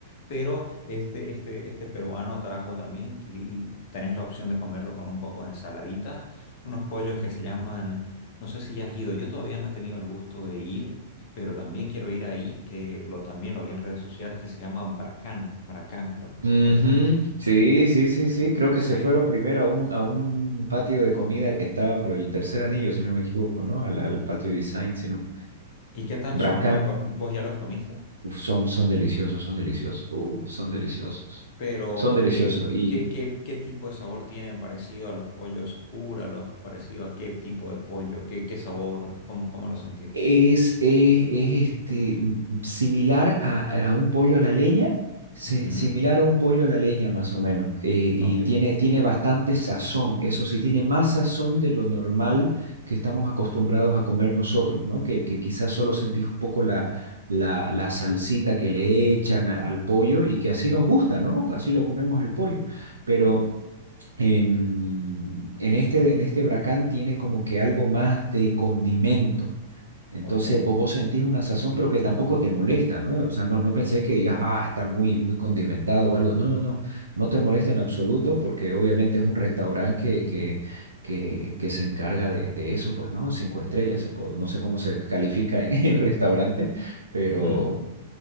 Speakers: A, on the left (about 45°); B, on the right (about 75°).
A: pero este, este, este peruano trajo también, y, y tenés la opción de comerlo con un poco de ensaladitas, unos pollos
B: Ujú.
A: que se llaman, no sé si ya has ido, yo todavía no he tenido el gusto de ir, pero también quiero ir ahí, que lo, también lo vi en redes sociales, que se llama Bracán, Bracán creo que los
B: Ujú.
A: pollos. al-
B: Sí, sí, sí, sí. Creo que
A: Sí.
B: se fueron primero a un, a un patio de comida que estaba por el tercer anillo, si no me equivoco, ¿no? Al, al patio design, si no.
A: ¿Y qué tal son
B: Bracam.
A: los? co- ¿Vos ya los comiste?
B: Uf, son, son deliciosos, son deliciosos. Uf, son deliciosos.
A: O- Pero,
B: Son deliciosos.
A: ¿qué,
B: Y
A: qué, qué, qué tipo de sabor tienen parecido a los pollos Sakura, los parecido a qué tipo de pollo? ¿Qué, qué sabor? ¿Cómo, cómo lo sentís?
B: Es, es, es, este, m- similar a, a un pollo a la leña, se-
A: Ujú,
B: similar a un pollo a la leña más o menos, eh,
A: Ok,
B: y tiene, tiene bastante sazón, eso sí, tiene más sazón de lo normal que estamos acostumbrados a comer nosotros, ¿no? Que, que quizás solo sentís un poco la, la, la salsita que le echan a- al pollo y que así nos gusta, ¿no? Así lo comemos el pollo, pero... En, en este, en este bracán tiene como que algo más de condimento entonces
A: ok.
B: vos, vos sentís una sazón, pero que tampoco te molesta, ¿no? O sea, no, no pensés que digas, ah, está muy, muy condimentado o algo. No, no, no, no te molesta en absoluto porque obviamente es un restaurante que, que, que, que se encarga de, de eso, pues, ¿no? Cinco estrellas, se po- no sé cómo se califica en <laughs> el restaurante, pero,
A: ujú. <laughs>